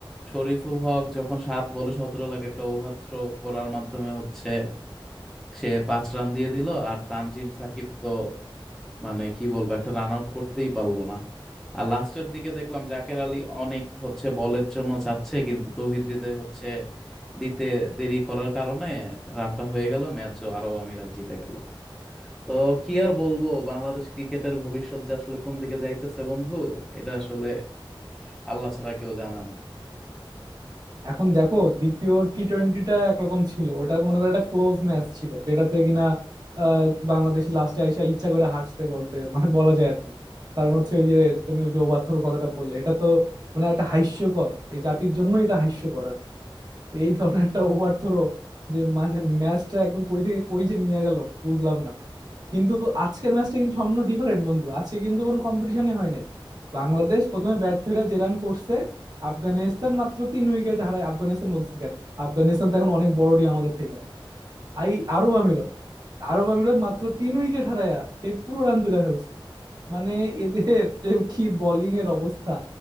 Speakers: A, in the centre; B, on the right (about 50°).
A: শরীফুল হক যখন সাত বলে সতেরো লাখ একটা ওভার থ্রো করার মাধ্যমে হচ্ছে সে পাঁচ রান দিয়ে দিল আর তানজিম সাকিব তো মানে কি বলবো একটা রান আউট করতেই পারলো না আর লাস্টের দিকে দেখলাম জাকের আলী অনেক হচ্ছে বলের জন্য যাচ্ছে কিন্তু তৌহিদ হৃদয় হচ্ছে দিতে দেরি করার কারণে রানটা হয়ে গেল ম্যাচও আরব আমিরাত জিতে গেল তো কি আর বলবো বাংলাদেশ ক্রিকেটের ভবিষ্যৎ যে আসলে কোন দিকে যাইতেছে বন্ধু এটা আসলে আল্লাহ ছাড়া কেউ জানে না
B: এখন দেখো দ্বিতীয় টি টোয়েন্টিটা একরকম ছিল ওটা তো মনে করো একটা ক্লোজ ম্যাচ ছিল যেটাতে কিনা আহ, বাংলাদেশ লাস্টে আইসা ইচ্ছা করে হারছে বলতে মানে বলা যায় আর কি কারণ হচ্ছে ওই যে তুমি ওই যে ওভারথ্রোর কথাটা বললে এটা তো মানে একটা হাস্যকর এই জাতির জন্যই এটা হাস্যকর আর কি তো এই ধরনের একটা ওভারথ্রো যে মাঝে ম্যাচটা একদম কই থেকে কই যে নিয়ে গেল বুঝলাম না কিন্তু আজকের ম্যাচটা কিন্তু সম্পূর্ণ ডিফারেন্ট বন্ধু আজকে কিন্তু কোনো কম্পিটিশনই হয় নাই বাংলাদেশ প্রথমে ব্যাট ধরে যে রান করছে আফগানিস্তান মাত্র তিন উইকেট হারায় আফগানিস্তান বলছি কেন আফগানিস্তান তো এখন অনেক বড় টিম আমাদের থেকে আই আরব আমিরত আরব আমিরত মাত্র তিন উইকেট হারায় সেই পুরো রান তুলে ফেলছে মানে এদের যে কি বোলিং এর অবস্থা